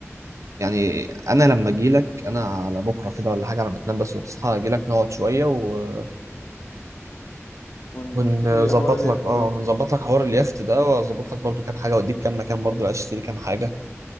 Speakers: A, on the right; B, on the left.
A: يعني انا لما اجي لك انا على بكره كده ولا حاجه لما تنام بس وتصحى اجي لك نقعد شويه و...
B: ونشوف
A: ونظبط
B: الحوار اليخت
A: لك اه
B: ده
A: هنظبط لك حوار اليخت ده واظبط لك برضو كام حاجه واديك كام مكان برضو عايز تشتري كام حاجه